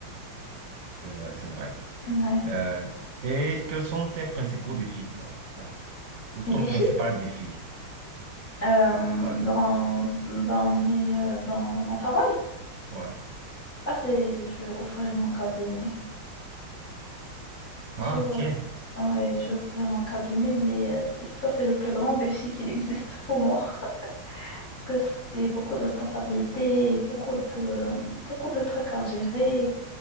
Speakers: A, on the right; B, on the left.
A: C'est vrai, c'est vrai.
B: Ouais.
A: Euh, et quels sont tes principaux défis, toi? Voilà. Ou
B: Les
A: ton
B: défis
A: principal défi?
B: euh,
A: Ouais,
B: dans dans mes euh, dans mon travail.
A: ouais.
B: Ah c'est je vais ouvrir mon cabinet. J'ouvre,
A: Ah, tiens.
B: ouais, j'ouvrirai mon cabinet, mais euh, ça, c'est le plus grand défi qu'il existe pour moi. <laughs> Parce que c'est beaucoup de responsabilités, beaucoup de, beaucoup de trucs à gérer.